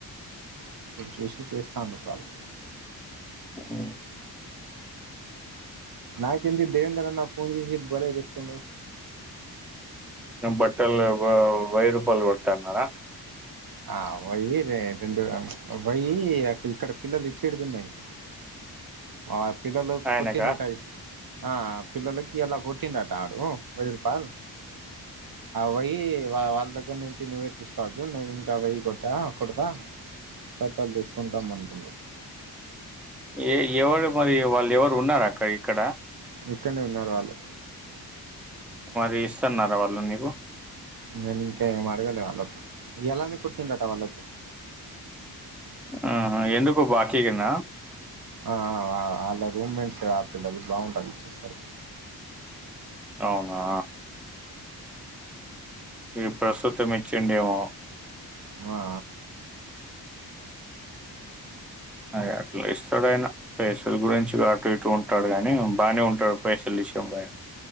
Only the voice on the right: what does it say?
ఇప్పుడు చూసి చేస్తాండు కాలు
నాకెంటెలిడ్ దేవేంద్రన్న ఫోన్ చేసి భలే చెప్తుండడు
ఆ పోయి రెండు పోయి ఇక్కడ పిల్లలు ఇచ్చేడుతున్నాయి ఆ పిల్లలు
కొట్టిన్న టయి ఆ పిల్లలకి ఎలా కొట్టిండట ఆడు వైరు పాల్ వయి వా వాళ్ళ దగ్గర నుంచి నువ్వే తీసువచ్చు న ఇవయ్య కొట్టా కొడతా కట్టలు తీసుకుంటాం అనుకుం
ఇక్కడనే ఉన్నారు వాళ్ళు
న ఇంకా మగలే వాళ్ళకు ఎలానే కుటిందట వాళ్ళకు
ఆ వాళ్ళ రూమ్మేట్స్ ఆ పిల్లలు బాగుంటాయి ఇచ్చిస్తారు
వా